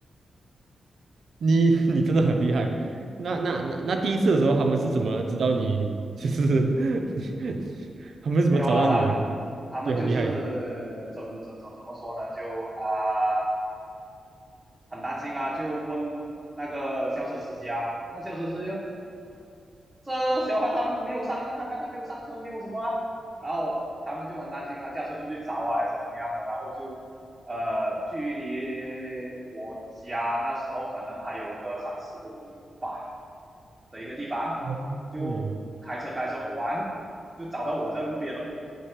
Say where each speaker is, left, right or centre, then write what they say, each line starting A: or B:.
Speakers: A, on the right; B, on the right.
A: 你你真的很厉害。那那那那第一次的时候，他们是怎么知道你？就是 <laughs> 他们是怎么找到你的？
B: 没有啊，他他们就是怎么怎怎怎么说呢？
A: 就很厉害。
B: 就啊、呃很担心啊，就问那个校车司机啊，那校车司机啊，这小孩他没有上，他刚才没有上车，没有什么啊，然后他们就很担心啊，驾车出去找啊还是怎么样的，然后就呃，距离我家那时候可能还有个三四公里吧的一个地方，
A: 哦，
B: 就开车开车偶然就找到我在路边咯，
A: 嗯